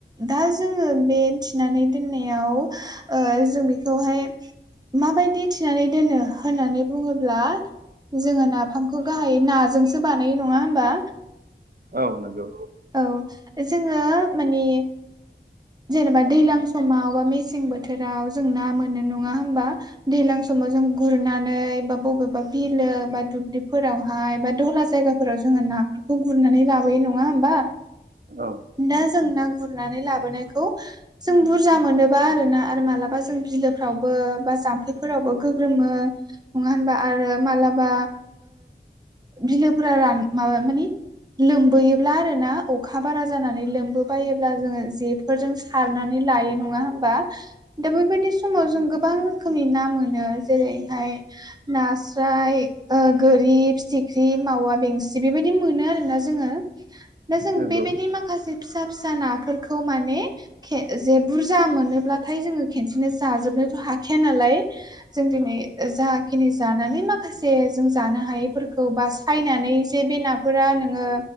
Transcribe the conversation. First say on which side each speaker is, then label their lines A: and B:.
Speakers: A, on the right; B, on the right.
A: दा जोङो बे थिनानै दोननायाव जों बेखौहाय माबायदि थिनानै दोनो होननानै बुङोब्ला जोङो नाफामखौ गाहाय नाजोंसो बानायो नङा होमबा
B: औ नंगौ
A: औ जोङो मानि जेनेबा। दैज्लां समाव बा मेसें बोथोराव जों ना मोननो नङा होमबा दैज्लां समाव जों गुरनानै बा बबेबा बिलो बा दुब्लिफोरावहाय बा दहला जायगा फोराव जोङो नाफोरखौ गुरनानै लाबोयो नङा होमबा
B: औ
A: दा जों ना गुरनानै लाबोनायखौ जों बुरजा मोनोबा आरो ना आरो मालाबा जों बिलोफ्रावबो बा जाम्फैफोरावबो गोग्रोमो नङा होनबा आरो मालाबा बिलोफोरा रान माबा मानि। लोमबोयोब्ला आरो ना अखा बारा जानानै लोमबोबायोब्ला जोङो जेफोरजों सारनानै लायो नङा हबा दा बेबायदि समाव जों गोबां रोखोमनि ना मोनो जेरैहाय नास्राय गोरिब फिथिख्रि मावा बेंसिन जे बेबायदि मोनो आरोना जोङो दा जों
B: नंगौ
A: बेबायदि माखासे फिसा फिसा नाफोरखौ माने खे जे बुरजा मोनोब्लाथाय जोङो खेनसेनो जाजोबनोथ' हाखाया नालाय जों दिनै जाखिनि जानानै माखासे जों जानो हायैफोरखौ बा फायनानै जे बे नाफोरा नोङो